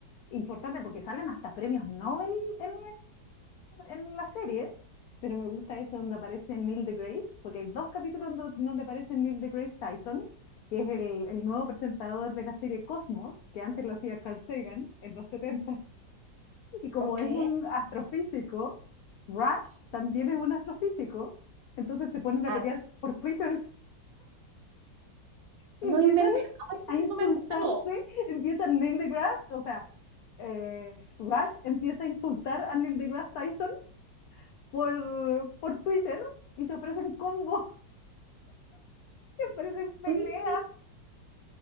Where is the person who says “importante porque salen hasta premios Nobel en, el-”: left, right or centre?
Left